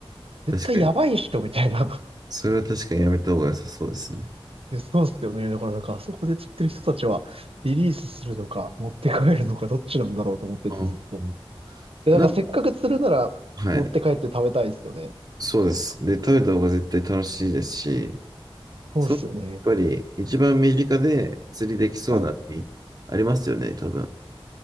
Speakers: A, on the right; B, on the right.
A: 絶対やばいっしょ、
B: 確かに。
A: みたいな。
B: それは確かにやめた方が良さそうですね。
A: で、そうっすよね。だからなんか、あそこで釣ってる人たちは、リリースするのか、持って帰るのか、どっちなんだろうと思ってて、
B: あー
A: ずっと。で、なんか、
B: な、
A: せっかく釣るなら、
B: はい。
A: 持って帰って食べたいですよね。
B: そうです。で、食べた方が絶対楽しいですし、
A: そうっすよね。
B: そう、やっぱり一番身近で釣りできそうな海ありますよね、
A: はい。
B: 多分。